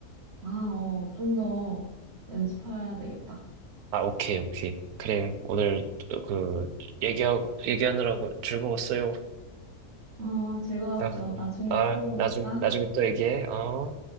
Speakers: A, on the right; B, on the right.
A: 아, 어, 좀 더 연습해야 되겠다.
B: 아, 오케이, 오케이. 그래, 오늘 그, 얘기하고, 얘기하느라고 즐거웠어요.
A: 어, 즐거웠어.
B: 아,
A: 나중에
B: 아,
A: 또
B: 나중에,
A: 보자.
B: 나중에 또 얘기해. 어.